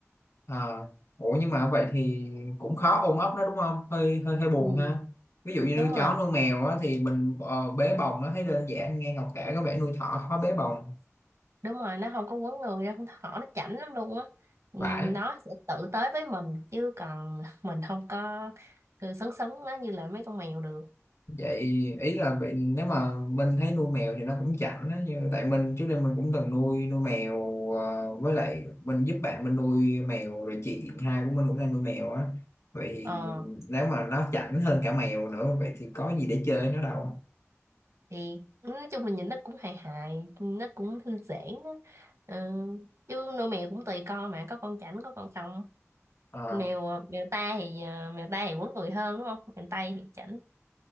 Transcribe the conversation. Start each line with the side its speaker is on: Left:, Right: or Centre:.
Left: à. Ủa nhưng mà vậy thì cũng khó ôm ấp nó đúng không? Hơi hơi hơi buồn
Right: ừ,
Left: ha. Ví dụ như nuôi
Right: đúng rồi
Left: chó nuôi mèo á thì mình ờ, bế bồng nó thấy đơn giản nghe Ngọc kể có vẻ nuôi thỏ khó bế bồng.
Right: đúng rồi nó không có quấn người đâu con thỏ nó chảnh lắm luôn á Ừ,
Left: Vãi.
Right: nó sẽ tự tới với mình chứ còn <laughs> mình không có cứ sấn sấn nó như là mấy con mèo được
Left: vậy ý là bị nếu mà Minh thấy nuôi mèo thì nó cũng chảnh á như tại mình trước đây mình cũng từng nuôi nuôi mèo ờ, với lại mình giúp bạn mình nuôi mèo rồi chị hai của mình cũng đang nuôi mèo á vậy thì
Right: Ờ
Left: nếu mà nó chảnh hơn cả mèo nữa vậy thì có gì để chơi nó đâu
Right: thì nói chung là nhìn nó cũng hài hài nó cũng thư giãn á ừ. chứ nuôi mèo cũng tùy con mà có con chảnh có con không
Left: Ờ,
Right: mèo mèo ta thì à, mèo ta thì quấn người hơn đúng không mèo tây thì chảnh